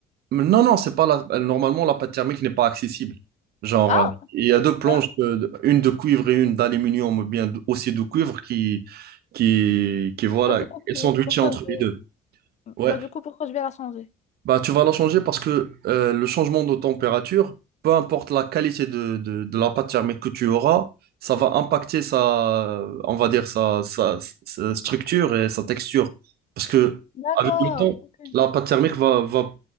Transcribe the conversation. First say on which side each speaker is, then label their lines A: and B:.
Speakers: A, on the right; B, on the left.
A: Non, non, c'est pas la... Normalement, la pâte thermique n'est pas accessible. Genre,
B: Ah,
A: euh,
B: ok.
A: il y a deux planches,
B: Bah,
A: de- de- une de cuivre et une d'aluminium, ou bien de- aussi de cuivre, qui, qui, qui voilà,
B: bah, du coup,
A: elles
B: pour-
A: sont sandwichées
B: pourquoi
A: entre
B: je vais...
A: les deux. Ouais.
B: Bah, du coup, pourquoi je vais la changer?
A: Bah, tu vas la changer parce que euh, le changement de température, peu importe la qualité de, de, de la pâte thermique que tu auras, ça va impacter sa, on va dire, sa, sa- sa structure et sa texture. Parce que
B: D'accord.
A: avec le temps,
B: ok.
A: la pâte thermique va, va,